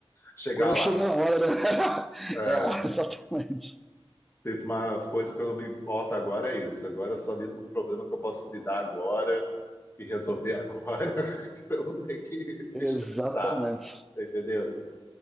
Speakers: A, on the left; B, in the centre.
A: chegar
B: Quando
A: lá.
B: chega a hora, né?
A: É,
B: <laughs> É, exatamente.
A: teve uma coisa que eu não me importo agora, é isso. Agora eu só lido com o problema que eu posso lidar agora e resolver agora, <laughs> pra eu não ter que <laughs> me estressar,
B: Exatamente.
A: tá entendendo?